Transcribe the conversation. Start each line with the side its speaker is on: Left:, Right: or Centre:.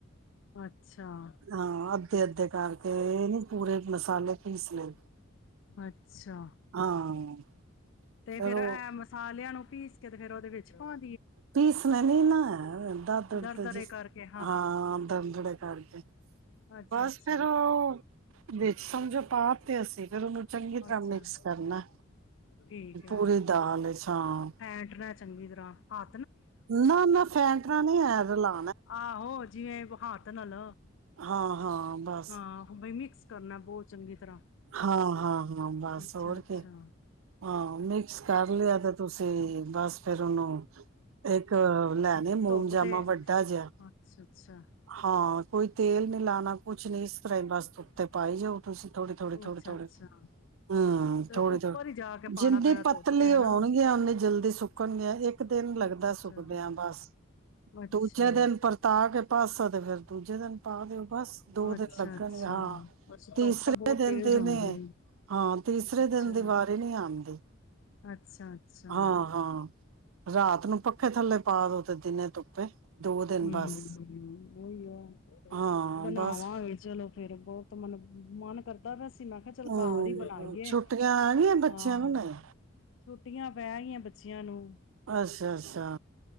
Left: ਅੱਛਾ
Right: ਹਾਂ ਅੱਧੇ-ਅੱਧੇ ਕਾਰ ਤੇ ਇਹ ਨੀ ਪੂਰੇ ਮਸਾਲੇ ਪੀਸ ਲੈ।
Left: ਅੱਛਾ
Right: ਹਾਂ
Left: ਤੇ
Right: ਫਿਰ
Left: ਫੇਰ
Right: ਉਹ
Left: ਇਹ ਮਸਾਲਿਆ ਨੂੰ ਪੀਸ ਫੇਰ ਉਹਦੇ ਵਿੱਚ ਪਹ
Right: ਪੀਸਨ ਨੀ ਨਾ ਦਦੜ
Left: ਦਰਦਰੇ ਕਰਕੇ
Right: ਹਾਂ ਦਦੜੇ ਕਰਕੇ।
Left: ਅੱਛਾ
Right: ਬਸ
Left: ਅੱਛਾ
Right: ਫਿਰ ਉਹ ਵਿੱਚ ਸਮਝੋ ਪਾ ਤੇ ਅਸੀਂ ਫਿਰ ਉਨੂੰ ਚੰਗੀ ਤਰ੍ਹਾਂ
Left: ਅੱਛਾ
Right: ਮਿਕਸ ਕਰਨਾ,
Left: ਠੀਕ ਹੈ
Right: ਪੂਰੀ ਦਾਲ ਇਚ ਹਾਂ।
Left: ਫੈਂਟਣਾ ਚੰਗੀ ਤਰ੍ਹਾਂ ਹ
Right: ਨਾ-ਨਾ ਫੈਂਟਨਾ ਨਹੀਂ ਹੈ ਰਲਾ
Left: ਆਹੋ ਜਿਵੇਂ ਹੱਥ ਨਾਲ।
Right: ਹਾਂ ਹਾਂ ਬਸ
Left: ਹਾਂ ਬਈ ਮਿਕਸ ਕਰਨਾ ਬਹੁਤ ਚੰਗੀ ਤਰ੍ਹਾਂ।
Right: ਹਾਂ-ਹਾਂ, ਹਾਂ ਬਸ
Left: ਅੱਛਾ
Right: ਹੋਰ
Left: ਅੱਛਾ
Right: ਕੀ ਹਾਂ। ਮਿਕਸ ਕਰ ਲਿਆ ਤੇ ਤੁਸੀਂ ਬਸ ਫੇਰ ਉਹਨੂੰ ਇੱਕ ਲੈਣੇ ਮੋਮ
Left: ਧੁੱਪ
Right: ਜਾਮਾ
Left: ਤੇ
Right: ਵੱਡਾ ਜਿਹਾ
Left: ਅੱਛਾ ਅੱਛਾ
Right: ਹਾਂ ਕੋਈ ਤੇਲ ਮਿਲਾਨ ਕੁਛ ਨ ਇਸ ਤ ਵਾਸਤੇ ਤੇ ਪਾਈ ਜਾਓ ਤੁਸੀਂ ਥੋੜੀ ਥੋੜੀ -ਥੋੜੀ,
Left: ਅੱਛਾ
Right: ਥੋੜੀ
Left: ਅੱਛਾ
Right: ਹੂੰ
Left: ਤੇ
Right: ਥੋੜੀ-
Left: ਉੱਪਰ
Right: ਥੋੜ੍ਹੀ
Left: ਹੀ ਜਾ ਕੇ ਪਾਉਣਾ
Right: ਜਿੰਨੀ
Left: ਪਏਗਾ
Right: ਪਤਲੀ
Left: ਧੁੱਪ ਤੇ
Right: ਹੋਣਗੀਆਂ
Left: ਹਨਾ
Right: ਓਨੀ ਜਲਦੀ ਸੁੱਕਣਗੀਆਂ ਇੱਕ ਦਿਨ
Left: ਅੱਛਾ
Right: ਲੱਗਦਾ
Left: ਅੱਛਾ
Right: ਸੁਕਦਿਆਂ ਬਸ
Left: ਅੱਛਾ
Right: ਦੂਜੇ ਦਿਨ ਪਰਤਾ ਕੇ ਪਾਸਾ ਤੇ ਫਿਰ ਦੂਜੇ ਦਿਨ ਪਾ ਦਿਓ। ਬਸ ਦੋ ਦਿਨ
Left: ਅੱਛਾ
Right: ਲੱਗਣਗੇ
Left: ਅੱਛਾ
Right: ਹਾਂ
Left: ਬਸ
Right: ਤੀਸਰੀ
Left: ਧੁੱਪ ਤਾਂ ਬਹੁਤ
Right: ਦਿਨ
Left: ਤੇਜ਼
Right: ਦਿੰਦੇ
Left: ਹੁੰਦੀ
Right: ਨੇ
Left: ਏ।
Right: ਹਾਂ ਤੀਸਰੇ
Left: ਅੱਛਾ
Right: ਦਿਨ ਦੀ ਵਾਰੀ ਨਹੀ ਆਉਂਦੀ
Left: ਅੱਛਾ ਅੱਛਾ
Right: ਹਾਂ, ਹਾਂ। ਰਾਤ ਨੂੰ ਪੱਖੇ ਥੱਲੇ ਪਾ ਦੋ ਤੇ ਦਿਨੇ ਧੁੱਪੇ ਦੋ ਦਿਨ
Left: ਹਮ
Right: ਬਸ।
Left: ਓਹੀ ਆ
Right: ਹਾਂ
Left: ਬਣਾਵਾਂਗੇ
Right: ਬਸ
Left: ਚਲੋ, ਫੇਰ ਬਹੁਤ ਮਨ ਮਨ ਕਰ ਦਸ। ਮੈਂ ਕਿਹਾ ਚਲ
Right: ਹੂੰ
Left: ਘਰ ਹੀ ਬੁਲਾਈਏ
Right: ਛੁੱਟੀਆਂ ਆ ਗਈਆਂ ਬੱਚਿਆਂ
Left: ਹਾਂ,
Right: ਨੂੰ ਨਹੀਂ।
Left: ਛੁੱਟੀਆਂ ਪਹਿ ਗਈਆਂ ਬੱਚਿਆਂ ਨੂੰ
Right: ਅੱਛਾ! ਅੱਛਾ!